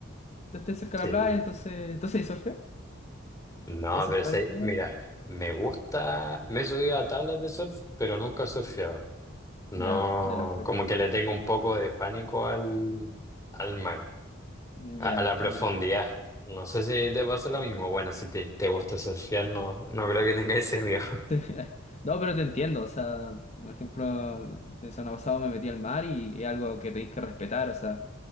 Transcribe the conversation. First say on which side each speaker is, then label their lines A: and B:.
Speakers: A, on the left; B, on the left.
A: tú estés cerca de
B: Sí.
A: la playa, entonces, entonces ¿hay surfear?
B: No,
A: ¿Hay surfear
B: pero sí,
A: algo?
B: mira, me gusta, me he subido a tablas de surf, pero nunca he surfeado. No,
A: Ya, ya, perfecto.
B: como que le tengo un poco de pánico al, al mar,
A: Ya,
B: a, a la profundidad.
A: ya.
B: No sé si te pasa lo mismo. Bueno, si te, te gusta surfear, no, no creo que tengas ese miedo. <laughs>
A: <laughs> No, pero te entiendo, o sea, por ejemplo, el semana pasado me metí al mar y es algo que tenéis que respetar, o sea,